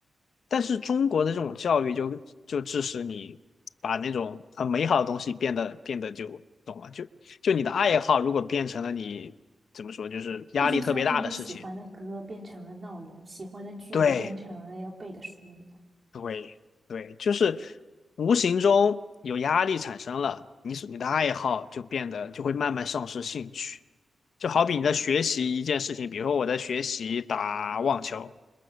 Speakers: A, on the left; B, on the right.
A: 但是中国的这种教育就就致使你把那种很美好的东西变得变得就懂了，就就你的爱好如果变成了你怎么说，就是压力特别大的事情，
B: 这就像是你喜欢的歌变成了闹铃，喜欢的句子变成了要背的书。
A: 对，对对，就是无形中有压力产生了，你所你的爱好就变得就会慢慢丧失兴趣。就好比你在学习一件事情，
B: 嗯，
A: 比如说我在学习打网球，